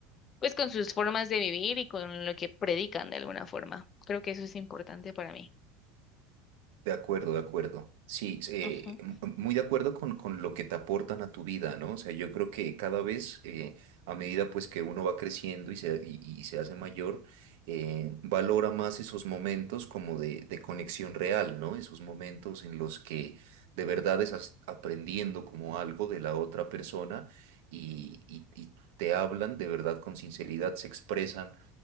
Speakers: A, on the left; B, on the right.
A: pues con sus formas de vivir y con lo que predican de alguna forma. Creo que eso es importante para mí.
B: De acuerdo, de acuerdo. Sí, eh,
A: Ujú.
B: m- m- muy de acuerdo con, con lo que te aportan a tu vida, ¿no? O sea, yo creo que cada vez, eh, a medida pues que uno va creciendo y se, y, y se hace mayor, eh, valora más esos momentos como de, de conexión real, ¿no? Esos momentos en los que de verdad estás aprendiendo como algo de la otra persona y, y y te hablan de verdad con sinceridad, se expresan